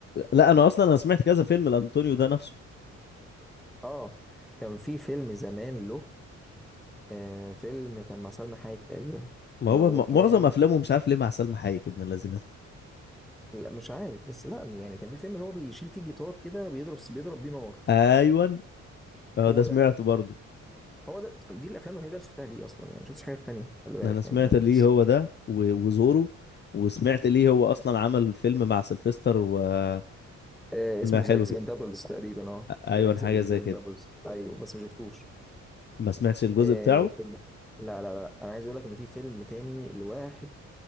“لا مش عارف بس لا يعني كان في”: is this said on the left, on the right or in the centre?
Centre